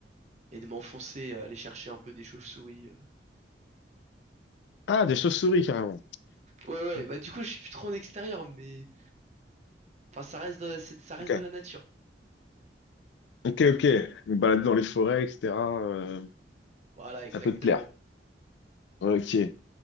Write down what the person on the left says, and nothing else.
Ah, des chauves-souris, carrément.
Ouais,
Ok,
ok, ok. Une balade dans les forêts, etc. euh,
ça peut te plaire. Ouais, Ok.